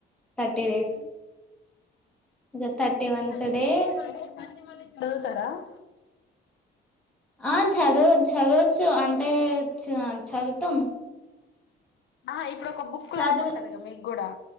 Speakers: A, in the centre; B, on the left.
A: Thirty days. ఇక థర్టీ
B: మీరు
A: వన్త్
B: చదివినయె
A: డే
B: మళ్ళీ మళ్ళీ మళ్లీ చదువుతారా. !?
A: ఆ చదువొ చదవొచ్చు అంటే చా చదుతాం.
B: ఆ ఇప్పుడొక బుక్
A: చదివి
B: లాగుంటదిగా మీగూడా.?